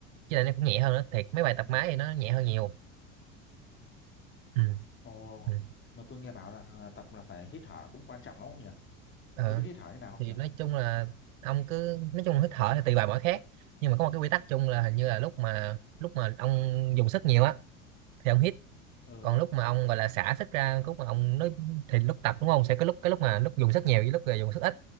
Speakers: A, on the right; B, on the left.
A: với lại nó cũng nhẹ hơn nữa thiệt mấy bài
B: ừ.
A: tập máy thì nó nhẹ hơn nhiều ừ.
B: ồ
A: Ừ.
B: mà tôi nghe bảo là tập là phải hít thở cũng quan trọng lắm không nhỉ
A: Ờ.
B: ông có biết hít thở thế nào không
A: thì
B: nhỉ?
A: nói chung là ông cứ nói chung là hít thở thì tùy bài mỗi khác nhưng mà có một cái quy tắc chung là hình như là lúc mà lúc mà ông dùng sức nhiều á thì ông hít
B: Ừ
A: còn
B: không.
A: lúc mà ông gọi là xả sức ra lúc mà ông nói thì lúc tập đúng không sẽ có lúc cái lúc mà lúc dùng sức nhiều với lúc ờ, dùng sức ít